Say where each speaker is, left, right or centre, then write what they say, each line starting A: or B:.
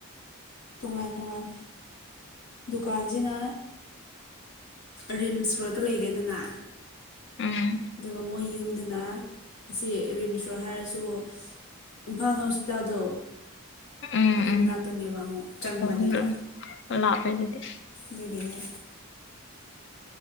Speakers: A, on the left; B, on the left.
A: ꯇꯣꯉꯥꯟ ꯇꯣꯉꯥꯟ ꯗꯨꯀꯥꯟꯁꯤꯅ ꯔꯤꯝꯁ ꯔꯣꯠꯇ ꯂꯩꯔꯦꯗꯅ
B: ꯎꯝ
A: ꯑꯗꯨꯒ ꯃꯣꯏ ꯌꯨꯝꯗꯅ ꯑꯁꯤ ꯔꯤꯝꯁ ꯔꯣꯗ ꯍꯥꯏꯔꯁꯨ ꯏꯝꯐꯥꯜ ꯍꯣꯁꯄꯤꯇꯥꯜꯗꯣ
B: ꯎꯝ
A: ꯑꯗꯨ
B: ꯎꯝ
A: ꯃꯅꯥꯛꯇꯅꯦꯕ ꯑꯃꯨꯛ ꯆꯪꯕꯅꯦꯕ
B: ꯑꯣ ꯂꯥꯞꯄꯦ ꯑꯥꯗꯨꯗꯤ
A: ꯗꯗꯒꯤꯅꯦ